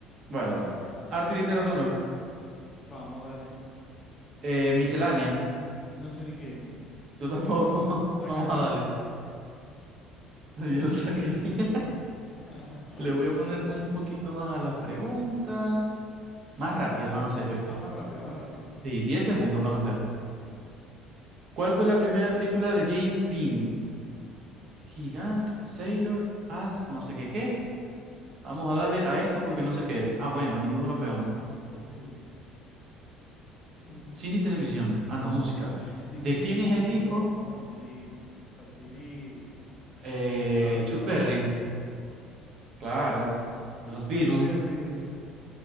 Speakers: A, on the right; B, on the left.
A: bueno, dale. Arte y literatura.
B: Vamos, dale.
A: Eh, miscelánea.
B: No sé ni qué es.
A: Tú tampoco.
B: Sacalo.
A: <laughs> Vamos a darle. <laughs> Ya lo saqué. <laughs>
B: <laughs>
A: Le voy a poner un
B: No,
A: poquito más a las preguntas. Más rápidas van a ser, ¿oíste?
B: Va más rápida, más rápida.
A: Sí, 10 segundos van a ser. ¿Cuál fue la primera película de James Dean? Gigant, Sailor, As, no sé qué qué. Vamos a darle a esto porque no sé qué es. Ah, bueno, ninguno lo pegamos.
B: Imposible. Eh,
A: Cine y televisión. Ah, no, música.
B: ¿de
A: ¿De
B: quién es
A: quién
B: el
A: es el
B: disco?
A: disco?
B: Facilito, facilito.
A: Eh,
B: Rubber
A: Chuck
B: Soul.
A: Berry. Claro. De los Beatles.
B: Chuck Berry dice.